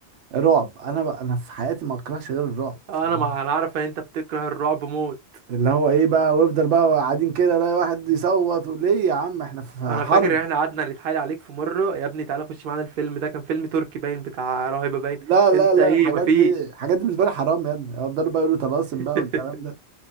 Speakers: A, on the right; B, on the right.
A: رعب انا بقى انا في حياتي ما اكرهش غير الرعب
B: آه،
A: فاهم
B: انا ما انا عارف ان انت بتكره الرعب موت
A: اللي هو ايه بقى ويفضل بقى قاعدين كده لا واحد يصوت ليه يا عم احنا في
B: انا
A: حرب
B: فاكر ان احنا قعدنا نتحايل عليك في مره يا ابني تعالى خش معانا الفيلم ده كان فيلم تركي باين بتاع راهبه باين
A: لا لا
B: انت
A: لا
B: ايه
A: الحاجات
B: مفيش
A: دي الحاجات دي بالنسبه لي حرام يا ابني افضلوا بقى يقولوا طلاسم
B: <laughs>
A: بقى والكلام ده